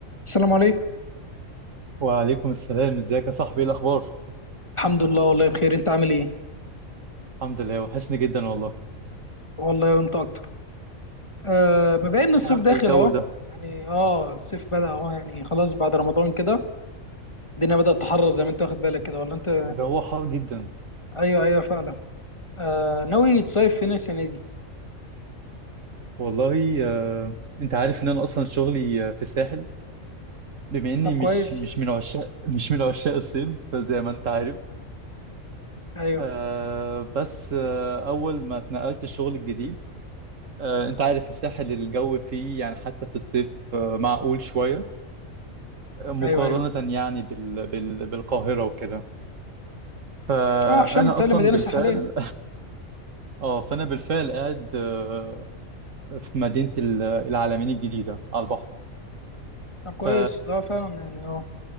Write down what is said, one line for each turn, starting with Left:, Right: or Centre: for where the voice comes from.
Left: السلام عليكم
Right: وعليكم السلام ازيك يا صاحبي ايه الاخبار
Left: الحمد لله والله بخير انت عامل ايه
Right: الحمد لله وحشني جدا والله
Left: والله وانت اكتر آه مبين ان الصيف
Right: ايه يا عم
Left: داخل
Right: الجو
Left: اهو
Right: ده
Left: يعني اه الصيف بدأ اهو يعني خلاص بعد رمضان كده الدنيا بدأت تحرر زي ما انت واخد بالك كده ولا انت
Right: الجو حار جدا
Left: ايوه ايوه فعلا آه ناوي تصيف فين السنه دي
Right: والله آه، انت عارف ان انا اصلا شغلي آه، في الساحل بما اني
Left: طب كويس
Right: مش مش من عشاق مش من عشاق الصيف زي ما انت عارف
Left: ايوه
Right: آه، بس آه، اول ما اتنقلت الشغل الجديد آه، انت عارف الساحل الجو فيه يعني حتى في الصيف آه، معقول شوية آه، مقارنة
Left: ايوه ايوه
Right: يعني بال بال بالقاهرة وكده فأنا
Left: اه عشان بتقال
Right: أصلا
Left: مدينه
Right: بالفعل
Left: ساحليه
Right: اه فانا بالفعل قاعد آه، في مدينه ال- العلمين الجديده على البحر
Left: طب كويس
Right: ف
Left: لا فعلا يعني اه